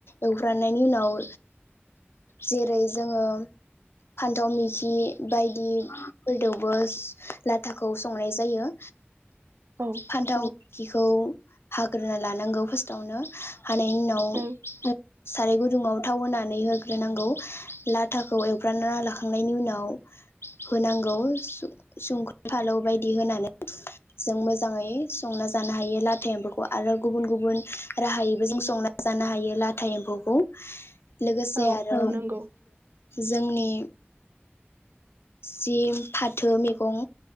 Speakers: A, on the left; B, on the right.
A: एवफ्रामनायनि उनाव जेरै जोङो फान्थाव मैखि बायदि <unintelligible> बोस लाथाखौ संनाय जायो।
B: औ
A: फान्थाव खिखौ हाग्रोना लानांगौ फार्स्टआवनो हानाय उनाव
B: औ
A: साराय गुदुङाव थाव होनानै होग्रोनांगौ लाथाखौ एवफ्रानानै लाखांनायनि उनाव होनांगौ सुं संख्रि फालौ बायदि होनानै जों मोजाङै संना जानो हायो लाथा एम्फौखौ आरो गुबुन गुबुन राहायैबो जों संना जानो हायो लाथा एम्फौखौ। लोगोसे
B: औ
A: आरो
B: नंगौ
A: जोंनि सिम फाथो मैगं